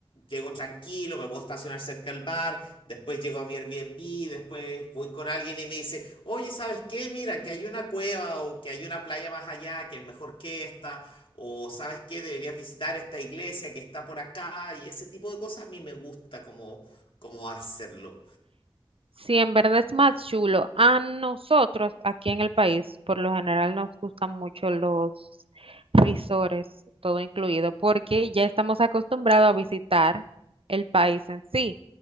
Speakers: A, on the left; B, on the right.
A: Llego tranquilo, me puedo estacionar cerca del bar, después llego a mi Airbnb, después voy con alguien y me dice, oye, ¿sabes qué? Mira, que hay una cueva o que hay una playa más allá que es mejor que esta, o ¿sabes qué? Deberías visitar esta iglesia que está por acá y ese tipo de cosas a mí me gusta como, como hacerlo.
B: Sí, en verdad es más chulo. A nosotros aquí en el país, por lo general, nos gustan mucho los risores, todo incluido, porque ya estamos acostumbrados a visitar el país en sí.